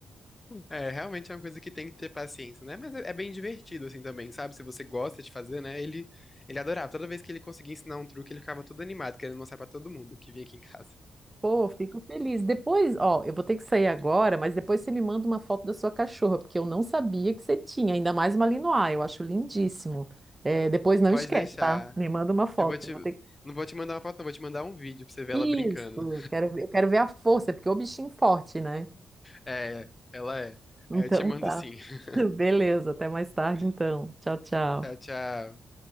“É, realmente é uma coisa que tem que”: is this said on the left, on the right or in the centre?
Left